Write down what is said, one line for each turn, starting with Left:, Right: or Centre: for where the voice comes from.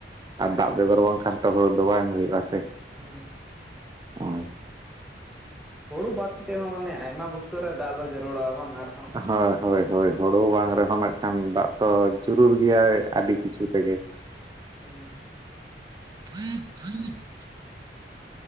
Centre: ᱦᱮᱸ
Right: ᱟᱨ ᱫᱟᱜ
Centre: ᱦᱮᱸ
Right: ᱵᱮᱜᱚᱨ ᱵᱟᱝᱠᱷᱟᱱ ᱡᱚᱛᱚ ᱦᱩᱲᱩ ᱫᱚ ᱵᱟᱝ ᱦᱩᱭᱩᱜ-ᱟ ᱥᱮ᱾
Centre: ᱦᱮᱸ
Right: ᱦᱳᱭ ᱾
Centre: ᱦᱩᱲᱩ ᱵᱟᱫᱽ ᱠᱟᱛᱮ ᱦᱚᱸ ᱢᱟᱱᱮ ᱟᱭᱢᱟ ᱚᱵᱩᱥᱛᱟ ᱨᱮ ᱫᱟᱜ ᱫᱚ ᱡᱟᱹᱨᱩᱲᱟ ᱵᱟᱝ ᱟᱨ
Right: ᱦᱳᱭ ᱦᱳᱭ ᱦᱳᱭ, ᱦᱳᱲᱳ ᱵᱟᱝ ᱨᱮᱦᱚᱸ ᱱᱟᱜ ᱠᱷᱟᱱ ᱫᱟᱜ ᱛᱚ ᱡᱩᱨᱩᱲ ᱜᱮᱭᱟᱭ ᱟᱹᱰᱤ ᱠᱤᱪᱷᱩ ᱨᱮᱜᱮ᱾
Centre: ᱦᱮᱸ ᱾
Right: <inaudible>